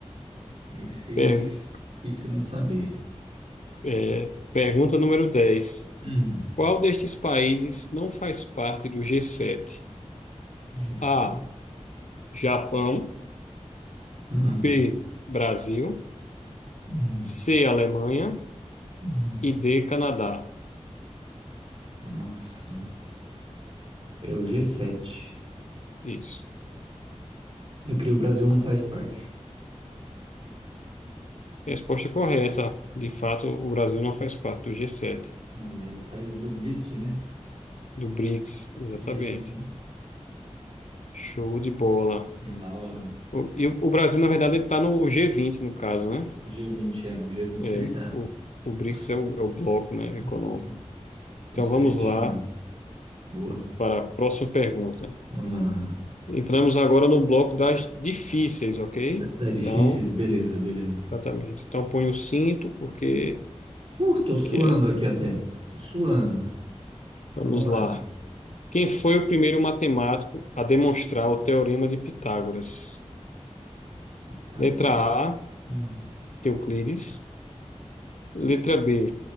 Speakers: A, on the right (about 50°); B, on the left (about 85°).
A: Esse
B: Per-
A: é difícil não saber.
B: é, pergunta número 10.
A: Hum.
B: Qual destes países não faz parte do G7?
A: G7.
B: A. Japão.
A: Ah.
B: B. Brasil.
A: Hum.
B: C. Alemanha.
A: Hum.
B: E D. Canadá.
A: Nossa. É o G7.
B: Isso.
A: Eu creio que o Brasil não faz parte.
B: Resposta correta. De fato, o Brasil não faz parte do G7,
A: Hum, Ele faz do BRIC, né?
B: do BRICS, exatamente.
A: Uhum.
B: Show de bola.
A: Hum, Da hora.
B: O- E o o Brasil, na verdade, está no G20, no caso, né?
A: G20, é, no G20
B: É,
A: ele tá.
B: o, o BRICS
A: O, s-
B: é o, é o bloco, né,
A: hum,
B: econômico. Então
A: o 7
B: vamos lá
A: já não. Boa.
B: para a próxima pergunta.
A: Vamos lá.
B: Entramos agora no bloco das difíceis, ok?
A: Tá tá
B: Então,
A: difíceis? Beleza, beleza.
B: exatamente. Então põe o cinto, porque
A: Uh, tô
B: aqui
A: suando
B: é.
A: aqui até. Tô suando.
B: Vamos
A: Vamos
B: lá.
A: lá.
B: Quem foi o primeiro matemático a demonstrar o teorema de Pitágoras?
A: Pitágoras.
B: Letra A,
A: Não.
B: Euclides. Letra B,